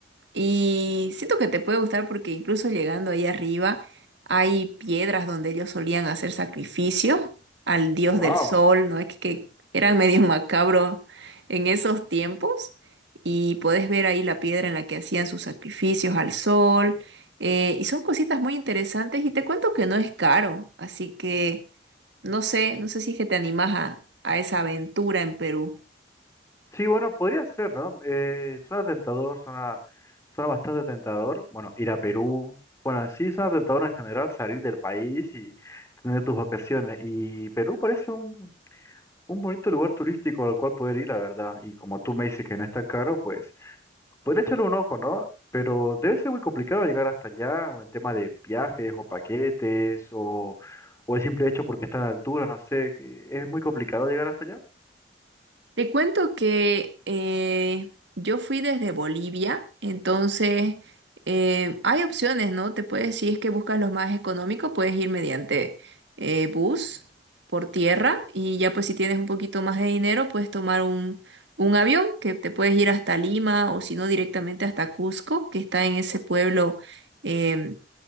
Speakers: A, on the right; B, on the left.
A: Y siento que te puede gustar porque incluso llegando ahí arriba hay piedras donde ellos solían hacer sacrificios al dios
B: Wow.
A: del sol, ¿no? Es que, que eran medio <laughs> macabros en esos tiempos. Y podés ver ahí la piedra en la que hacían sus sacrificios al sol. eh, y son cositas muy interesantes y te cuento que no es caro. Así que no sé, no sé si es que te animas a, a esa aventura en Perú.
B: Sí, bueno, podría ser, ¿no? Eh, suena tentador, suena, suena bastante tentador. Bueno, ir a Perú. Bueno, sí suena tentador en general salir del país y tener tus vacaciones. Y Perú parece un, un bonito lugar turístico al cual poder ir, la verdad. Y como tú me dices que no es tan caro, pues podría echarle un ojo, ¿no? Pero debe ser muy complicado llegar hasta allá, o en tema de viajes o paquetes, o, o el simple hecho porque está en altura, no sé, que es muy complicado llegar hasta allá.
A: Te cuento que eh, yo fui desde Bolivia, entonces eh, hay opciones, ¿no? Te puedes, si es que buscas los más económicos, puedes ir mediante eh, bus por tierra y ya pues si tienes un poquito más de dinero, puedes tomar un, un avión que te puedes ir hasta Lima o si no directamente hasta Cusco, que está en ese pueblo em,